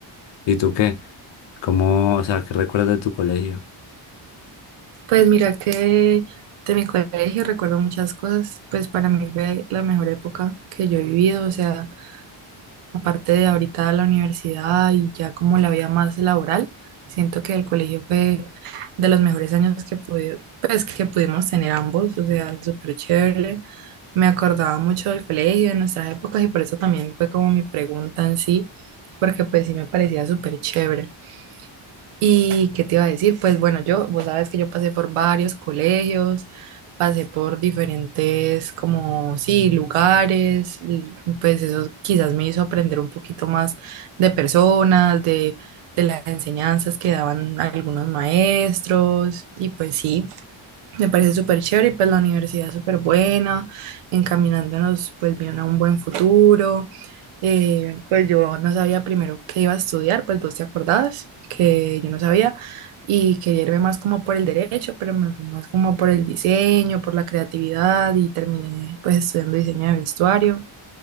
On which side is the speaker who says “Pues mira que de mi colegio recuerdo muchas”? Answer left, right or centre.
Right